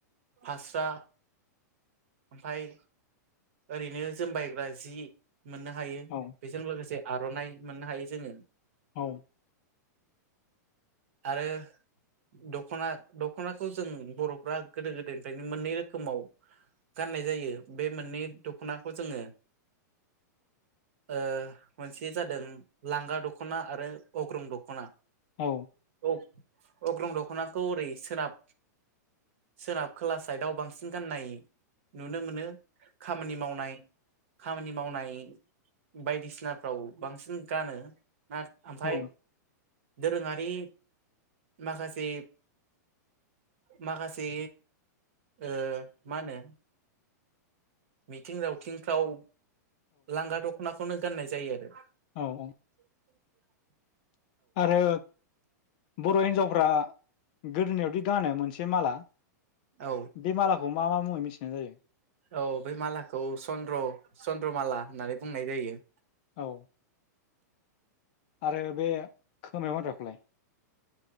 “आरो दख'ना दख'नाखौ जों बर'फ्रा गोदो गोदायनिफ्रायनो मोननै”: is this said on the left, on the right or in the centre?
Right